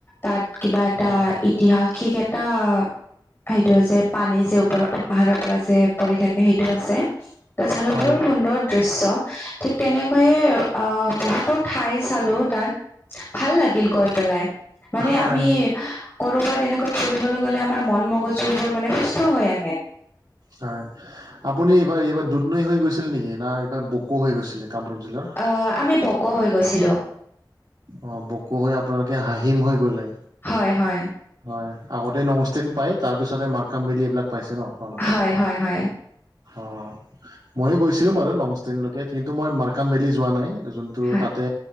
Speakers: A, on the left; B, on the right.
A: তাত কিবা এটা
B: হয়
A: ঐতিহাসিক এটা সেইটো যে পানী যে ওপৰত পাহাৰৰ পৰা যে পৰি থাকে সেইটো আছে। ত চালো
B: হয়
A: বৰ সুন্দৰ দৃশ্য। ঠিক তেনেকৈয়ে আহ বহুতো ঠাই চালো তাত ভাল লাগিল গৈ পেলাই, মানে
B: হয়
A: আমি কৰবাত এনেকৈ ফুৰিবলৈ গ'লে আমাৰ মন মগজুবোৰ মানে সুস্থ হৈ আহে।
B: হয় আপ আপুনি এইবাৰ এইবাৰ দুদনৈ হৈ গৈছিল নেকি? না এইবাৰ বোকো হৈ গৈছিলে কামৰূপ জিলাৰ?
A: অ আমি বক হৈ গৈছিলো।
B: অ বক হৈ আপোনালোকে হাহিম হৈ গ'লে?
A: হয় হয়।
B: হয় আগতে নংষ্টেন পাই তাৰপিছতে মাৰকাম ভেলি এইবিলাক পাইছে ন আপোনালোকে?
A: হয় হয় হয়
B: অ ময়ো গৈছিলো বাৰু নংষ্টেনলৈকে কিন্তু মই মাৰ্কাম ভেলি যোৱা নাই। যোনটো
A: হয়
B: তাতে